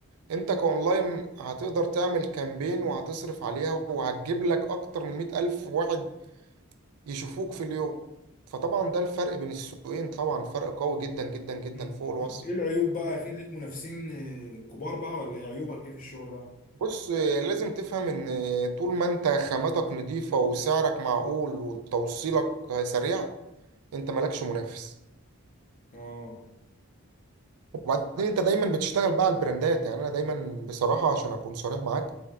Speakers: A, on the right; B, on the left.
A: انت كاونلاين هتقدر تعمل كامبين وهتصرف عليها وهتجيب لك اكتر من مئة ألف واحد يشوفوك في اليوم فطبعا ده الفرق بين السوقين طبعا فرق قوي جدا جدا جدا
B: مم.
A: فوق الوصف
B: طب ايه العيوب بقى في ليك منافسين آه، كبار بقى ولا ايه عيوبك ايه في الشغل بقى
A: بص لازم تفهم ان طول ما انت خاماتك نظيفة وسعرك معقول وتوصيلك سريع انت مالكش منافس
B: اه
A: وبعدين انت دايما بتشتغل بقى على البراندات يعني انا دايما بصراحة عشان اكون صريح معاك